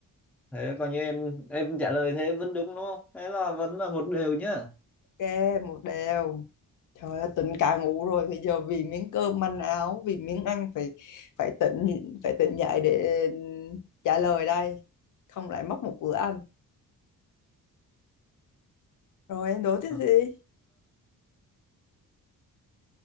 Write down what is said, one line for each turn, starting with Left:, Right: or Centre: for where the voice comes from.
Centre: thế coi như em em trả lời thế vẫn đúng đúng không thế là vẫn là một đều nhá
Left: Ok, một đều. Trời ơi, tỉnh cả ngủ rồi. Bây giờ vì miếng cơm manh áo, vì miếng ăn phải phải tỉnh phải tỉnh dậy để trả lời đây. Không lại mất một bữa ăn. Rồi em đố tiếp
Centre: Ờ,
Left: đi.